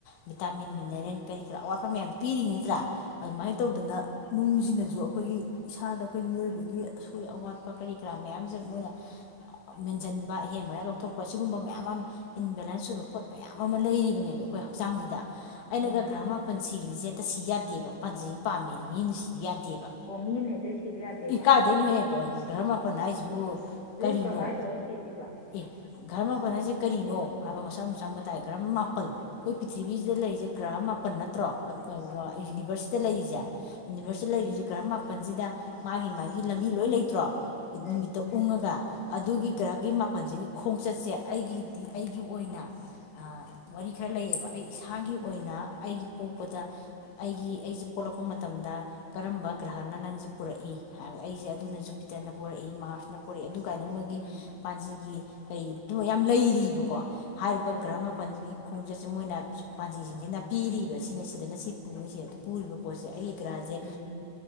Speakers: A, on the left (about 80°); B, on the left (about 50°).
A: ꯚꯤꯇꯥꯃꯤꯟ ꯃꯤꯅꯔꯦꯜ ꯀꯔꯤ ꯀꯔꯥ ꯑꯋꯥꯠꯄ ꯃꯌꯥꯝ ꯄꯤꯔꯤ ꯅꯠꯇ꯭ꯔꯥ ꯑꯗꯨꯃꯥꯏꯅ
B: ꯎꯝ
A: ꯇꯧꯗꯅ ꯅꯨꯡꯁꯤꯅꯁꯨ ꯑꯩꯈꯣꯏꯒꯤ ꯏꯁꯥꯗ ꯑꯩꯈꯣꯏ ꯃꯤꯑꯣꯏꯕꯒꯤ ꯑꯁꯣꯏ ꯑꯋꯥꯠꯄ ꯀꯔꯤ ꯀꯔꯥ ꯃꯌꯥꯝꯁꯦ ꯃꯣꯏꯅ ꯃꯦꯟꯁꯤꯟꯕ ꯑꯍꯦꯟꯕꯅ ꯂꯧꯊꯣꯛꯄ ꯁꯤꯒꯨꯝꯕ ꯃꯌꯥꯝ ꯑꯃ ꯏꯟꯕꯦꯂꯦꯟꯁ ꯑꯣꯏꯕ ꯄꯣꯠ ꯃꯌꯥꯝ ꯑꯃ ꯑꯃ ꯂꯩꯔꯤꯕꯅꯦꯕ ꯑꯩꯈꯣꯏ ꯍꯛꯆꯥꯡꯁꯤꯗ ꯑꯩꯅꯒ
B: ꯎꯝ
A: ꯒ꯭ꯔꯍ ꯃꯥꯄꯟ ꯁꯤꯔꯤꯁꯦ ꯍꯦꯛꯇ ꯁꯤ ꯌꯥꯗꯦꯕ ꯄꯥꯟꯖꯤ ꯄꯥꯝꯃꯦꯅ
B: ꯎꯝ
A: ꯃꯤ ꯅꯨꯡꯁꯤꯕ ꯌꯥꯗꯦꯕ
B: ꯑꯣ ꯃꯤ ꯑꯃꯅ ꯍꯦꯛꯇ ꯁꯤꯕ ꯌꯥꯗꯦꯕ
A: ꯏꯀꯥꯏꯗꯣꯏꯅꯣꯍꯦ ꯙ꯭ꯔꯃꯥꯄꯟ ꯍꯥꯏꯁꯤꯕꯨ
B: ꯑꯗꯨ
A: ꯀꯔꯤꯅꯣ
B: ꯀꯃꯥꯏꯅ ꯇꯧꯔ ꯁꯤꯗꯣꯏꯕ
A: ꯑꯦ ꯒꯔꯃꯄꯟ ꯍꯥꯏꯁꯦ ꯀꯔꯤꯅꯣ ꯍꯥꯏꯕ ꯝ ꯆꯪꯕ ꯇꯥꯏ ꯒ꯭ꯔꯥꯝ ꯃꯥꯄꯟ ꯑꯩꯈꯣꯏ ꯄꯔꯤꯊꯤꯕꯤꯁꯤꯗ
B: ꯎꯝ
A: ꯂꯩꯁꯦꯒ꯭ꯔꯥꯝ ꯃꯥꯄꯜ ꯅꯠꯇ꯭ꯔꯣ
B: ꯃꯥꯅꯤ
A: ꯌꯨꯅꯤꯚꯔꯁꯇ ꯂꯩꯔꯤꯁꯦ ꯌꯨꯅꯤꯚꯔꯁꯇ
B: ꯎꯝ
A: ꯂꯩꯔꯤꯁꯦ ꯒ꯭ꯔ ꯃꯥꯄꯜꯁꯤꯗ ꯃꯥꯒꯤ ꯃꯥꯒꯤ ꯂꯝꯕꯤ ꯂꯣꯏ ꯂꯩꯇ꯭ꯔꯣ
B: ꯂꯩ
A: ꯅꯨꯃꯤꯠꯇ ꯎꯡꯉꯒ ꯑꯗꯨꯒꯤ
B: ꯎꯝ
A: ꯒ꯭ꯔꯍꯛꯀꯤ ꯃꯥꯄꯜꯁꯤꯒꯤ ꯈꯣꯡꯆꯠꯁꯦ ꯑꯩꯒꯤꯗꯤ
B: ꯎꯝ
A: ꯑꯩꯒꯤ ꯑꯣꯏꯅ ꯋꯥꯔꯤ ꯈꯔ ꯂꯩꯌꯦꯕ ꯑꯩ ꯏꯁꯥꯒꯤ
B: ꯎꯝ
A: ꯑꯣꯏꯅ ꯑꯩꯒꯤ ꯄꯣꯛ ꯄꯄꯗ ꯑꯩꯒꯤ ꯑꯩꯁꯦ ꯄꯣꯛꯂꯛꯄ ꯃꯇꯝꯗ ꯀꯔꯝꯕ ꯒ꯭ꯔꯍꯅ ꯅꯪꯁꯦ ꯄꯨꯔꯛꯏ ꯍꯥꯏꯕ ꯑꯩꯁꯦ ꯑꯗꯨꯅ
B: ꯎꯝ
A: ꯖꯨꯄꯤꯇꯔꯅ ꯄꯣꯔꯛꯏ ꯃꯥꯔꯁꯅ ꯄꯣꯔꯛꯏ ꯑꯗꯨ ꯀꯥꯏꯅ ꯃꯣꯏꯒꯤ
B: ꯎꯝ
A: ꯄꯥꯟꯖꯤꯒꯤ ꯀꯒꯤ ꯑꯗꯨꯒ ꯌꯥꯝ ꯂꯩꯔꯤꯕꯀꯣ ꯍꯥꯏꯔꯤꯕ
B: ꯂꯩ
A: ꯒ꯭ꯔꯃꯥꯄꯟꯒꯤ
B: ꯎꯝ
A: ꯈꯣꯡꯆꯠꯁꯦ ꯃꯣꯏꯅ ꯄꯥꯟꯖꯤꯁꯤꯡꯁꯤꯅ ꯄꯤꯔꯤꯕꯁꯤꯅ ꯁꯤꯗꯅ ꯁꯤ ꯄꯨꯕꯅꯤ ꯁꯤꯗ ꯑꯗꯨ ꯄꯨꯔꯤꯕ ꯄꯣꯠꯁꯦ ꯑꯩꯒꯤ ꯒ꯭ꯔꯥꯁꯦ
B: ꯎꯝ